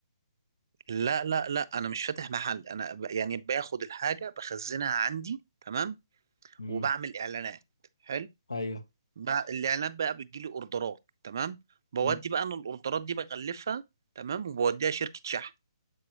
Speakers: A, on the right; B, on the left.
A: <laughs> لا لا لا انا مش فاتح محل انا ب... يعني باخد الحاجه بخزنها عندي تمام
B: امم
A: وبعمل اعلانات حلو
B: ايوه
A: ب... الاعلانات بقى بتجيلي اوردرات تمام بودي
B: مم.
A: بقى انا الاوردرات دي بغلفها تمام وبوديها شركه شحن